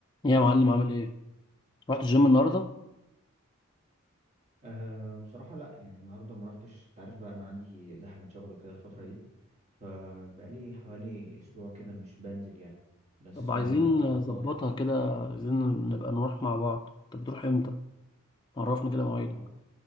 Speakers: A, on the left (about 20°); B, on the right (about 35°).
A: ايه يا معلم عامل ايه؟ رحت الجيم النهارده؟
B: أه بصراحة لا يعني النهاردة ما رحتش انت عارف بقى أنا عندي زحمة شغل وكده الفترة دي فبقالي حوالي أسبوع كده مش بنزل يعني بس
A: طب عايزين
B: أه
A: نظبطها
B: و...
A: كده عايزين نبقى نروح مع بعض طب بتروح امتى؟ عرفني كده مواعيدك
B: و...